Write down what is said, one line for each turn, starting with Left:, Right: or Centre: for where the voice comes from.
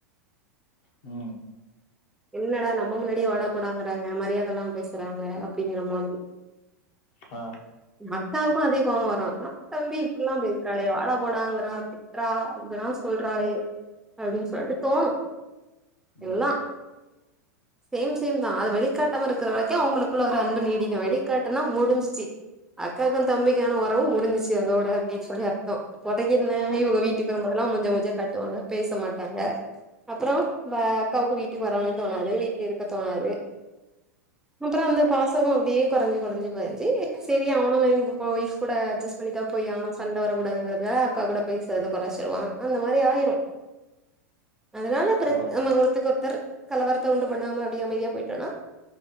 Left: உ
Centre: என்னடா நம்ம முன்னாடியே வாடா போடாங்கறாங்க மரியாத இல்லாம பேசுறாங்க அப்படிங்கற மாதிரி
Left: ஆ
Centre: அக்காவுக்கு அதே கோவ வரும் ன்ன தம்பி இப்டிலா பேசுறாளே வாடா போடாங்கறா ரா இதல்லா சொல்றாளே அப்படின்னு சொல்ட்டு தோணு
Left: ம்
Centre: எல்லா சேம் சேம் தான் அது வெளிகாட்டாம இருக்கிற வரைக்கு அவங்களுக்குள்ள ஒரு அன்பு நீடிக்கு வெளிகாடுனா முடிஞ்சிச்சு அக்காக்கு தம்பிக்கான உறவு முடிசிச்சு அதோட அப்டின்னு சொல்லி அர்த்தோ கொடங்கின இவங்க வீட்டுக்கு வரபொதல்லா கொஞ்ச கொஞ்ச கட்டுவாங்க பேச மாட்டாங்க அப்பறோ வ அக்காவுக்கு வீட்டுக்கு வரவு தோணாது வீட்டுல இருக்க தோணாது அப்றோ வந்து பாசமு அப்படியே கொறைஞ்சு கொறைஞ்சு கொறைஞ்சி போயாச்சி அவனு ஒய்ஃப் கூட அட்ஜெஸ் பண்ணிட்டா போய் எவனு சண்டைவர கூடாதுங்கிறதுக்காக அக்கா கூட போய் <inaudible> அந்த மாரி ஆயிரு அதுனால கிருத்
Left: அவன்
Centre: நம்ம ஒருத்தருக்கு ஒருத்தர் கலவரத்தை உண்டு பண்ணாம அப்டி அமைதியா போயிட்டோனா